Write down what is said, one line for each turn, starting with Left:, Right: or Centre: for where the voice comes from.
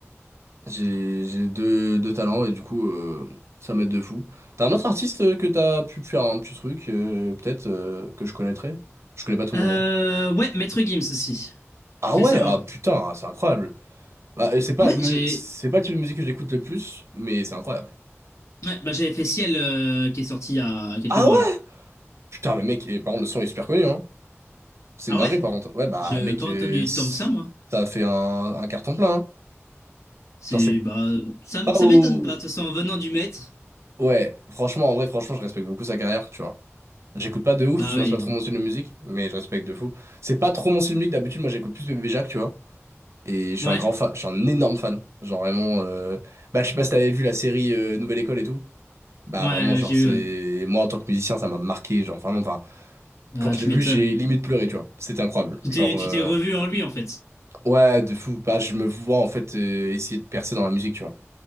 Right: J'ai j'ai deux, deux talents et du coup, euh, ça m'aide de fou. T'as un autre artiste euh, que t'as pu faire un petit truc, euh, peut-être, euh, que je connaîtrais? Je connais pas tout le
Left: Euh,
Right: monde, hein.
Left: ouais, Maître Gims aussi,
Right: Ah
Left: récemment.
Right: ouais, ah putain, c'est incroyable. Bah, euh, c'est pas
Left: Ouais,
Right: le,
Left: j'ai,
Right: c'est pas le type de musique que j'écoute le plus, mais c'est incroyable.
Left: ouais, bah, j'avais fait Ciel, euh, qui est sorti il y a quelques
Right: Ah
Left: mois,
Right: ouais?
Left: là.
Right: Putain, mais mec, et, par contre, le son est super connu, hein. C'est
Left: Ah
Right: une dinguerie,
Left: ouais?
Right: par contre. Ouais, bah,
Left: J'ai
Right: mec,
Left: pas
Right: euh,
Left: entendu
Right: c-
Left: tant que ça, moi.
Right: ça a fait un, un carton plein, hein.
Left: C'est,
Right: Genre, c'est
Left: bah, ça, m-
Right: pas
Left: ça
Right: au...
Left: m'étonne pas. De toute façon, en venant du maître,
Right: Ouais, franchement, en vrai, franchement, je respecte beaucoup sa carrière, tu vois. J'écoute pas de ouf,
Left: bah
Right: parce que
Left: oui.
Right: moi c'est pas trop mon style de musique, mais je respecte de fou. C'est pas trop mon style de musique, d'habitude moi j'écoute plus Bébé Jacques, tu vois. Et je suis
Left: Ouais,
Right: un grand fan, je suis un énorme fan. Genre vraiment, euh, bah je sais pas si t'avais vu la série euh, Nouvelle École et tout. Bah
Left: ouais,
Right: vraiment genre
Left: j'ai
Right: c'est,
Left: eu, ouais.
Right: moi en tant que musicien ça m'a marqué, genre vraiment, enfin
Left: Ah
Right: quand je
Left: tu
Right: l'ai vu
Left: m'étonnes.
Right: j'ai limite pleuré, tu vois. C'était incroyable,
Left: Tu
Right: genre
Left: t'es, tu
Right: euh,
Left: t'es revu en lui, en fait.
Right: ouais de fou. Bah je me vois en fait euh, essayer de percer dans la musique, tu vois.